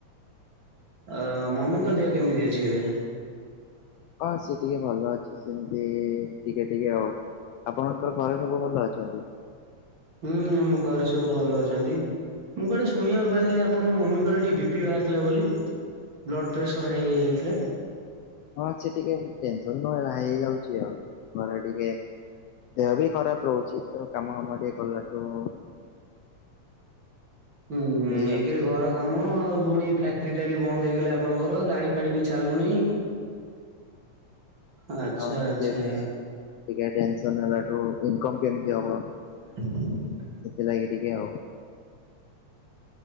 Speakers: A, on the right; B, on the left.
A: ଅ ମମିଙ୍କ ଦେହ କେମିତି ଅଛି ଏବେ?
B: ହଁ ସିଏ ଟିକେ ଭଲ ଅଛି ସେମିତି ଟିକେ ଟିକେ ଆଉ। ଆପଣମାନଙ୍କର ଘରେ ସବୁ ଭଲ ଅଛନ୍ତି?
A: ହୁଁ ଆମ ଘରେ ସବୁ ଭଲ ଅଛନ୍ତି। ମୁଁ କୁଆଡେ ଶୁଣିବାକୁ ପାଇଥିଲି ଆପଣଙ୍କ ମମିଙ୍କର ଟିକେ ବି ପି ବାହାରିଥିଲା ବୋଲି। ବ୍ଲଡ଼୍ ପ୍ରେସର ହାଇ ହେଇ ଯାଇଥିଲା।
B: ହଁ ସିଏ ଟିକେ ଟେନସନରୁ ହାଇ ହେଇଯାଉଚି ଆଉ ଘରେ ଟିକେ ଦେହ ବି ଖରାପ ରହୁଚି ତ କାମ ଫାମ ଟିକେ କଲାଠୁ।
A: ଉଁହୁଁ
B: ହେଇଯାଉଛି।
A: ଏକେରେ ଘର କାମ ଆଉ ପୁଣି ଫ୍ୟାକ୍ଟ୍ରି ଟା ବି ବନ୍ଦ ହେଇଗଲେ ଆପଣଙ୍କର ଗାଡିଫାଡି ବି ଚାଲୁନେଇ। ଆଚ୍ଛା
B: ହଁ
A: ଆଚ୍ଛା
B: ସିଏ ବି ଟିକେ ଟେନସନ୍ ହେଲାଠୁ ଇନକମ୍ କେମତି ହବ।
A: ହ
B: ସେଥିଲାଗି ଟିକେ ଆଉ।